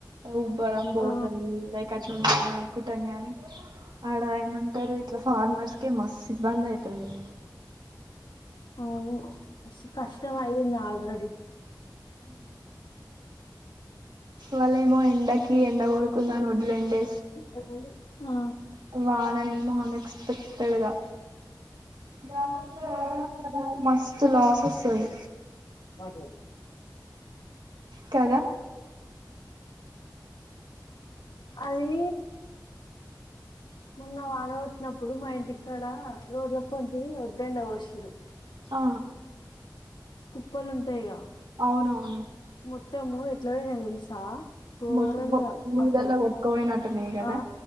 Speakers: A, on the right; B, on the left.
A: ఉబ్బ అంబోతు
B: ఆ
A: అల్క్ అట్లా అనుకుంటాం ని ఆడ ఏమంటారు ఇట్లా ఫార్నర్సకి మస్తు ఇబ్బంది అయితుంది.
B: అవును బస్ కష్టమయింది ఆల్రెడీ
A: వళ్లేమో ఎండకి ఎండ కొడుతుందని వాదులెండే.
B: <unintelligible> ఆ
A: వానలేమో అనెక్స్పెక్టెడ్గా <unintelligible> మస్తు లాస్ అసలు
B: మాట్లాడు
A: కదా
B: అది మొన్న వానగొట్టినప్పుడు మా ఇంటిక్ కడా రోడ్లప్పోంటి ఉం దండవషీరు
A: ఆ
B: కుప్పలు ఉంటయిగా
A: అవునవును
B: మొత్తము ఎట్లా అయినాయో తెలుసా గోరంగా
A: మొత్తం బొ- నీళ్ళల్లో
B: అసల్
A: కొట్టుకపోయినట్టున్నాయి కదా
B: ఆ